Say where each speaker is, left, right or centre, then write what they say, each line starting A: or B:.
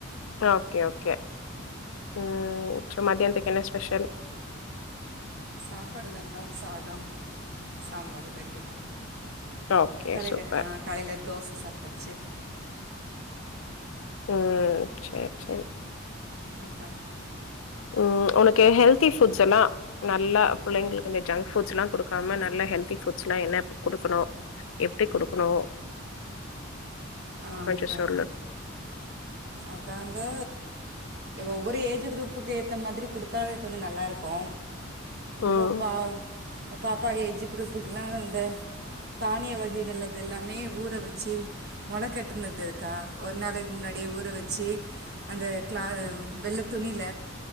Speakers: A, on the left; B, on the right.
A: ப்றோ ஓகே ஓகே ம் சோ மத்யான்த்துக்கு என்ன ஸ்பெஷல்?
B: சாப்பாடுதாங்க்கா சாதம், சாம்பார் வெக்கணு
A: ஓகே
B: காலைல
A: சூப்பர்
B: ஆ காலைல தோச சாப்ட்டாச்சு
A: ம் சேர் செரி
B: அக்கா
A: ம் உனக்கு ஹெல்தி ஃபுட்ஸ் எல்லா நல்லா பிள்ளைங்களுக்கு இந்த ஜங்க் ஃபுட்ஸ்ல்லா குடுக்காம நல்லா ஹெல்தி ஃபுட்ஸ்லா என்ன குடுக்கணு, எப்டி குடுக்கணு?
B: ஆ
A: கொஞ்சோ
B: அக்கா
A: சொல்லு
B: அக்கா வந்து ஒவ்வொரு ஏஜு குரூப்புக்கேத்த மாதிரி குடுத்தாவே கொஞ்சோ நல்லாருக்கு இப்போ
A: ம்
B: பா அப்பாப் அப்பா ஏஜு குரூப்புக்கெலா அந்த, தானிய வகைகள் அது எல்லாமே ஊற வெச்சி மொளக்கட் ட்டுனதுக்கா ஒரு நாளைக் முன்னாடியே ஊற வெச்சி அந்த க்ளா அ ம் வெள்ள துணில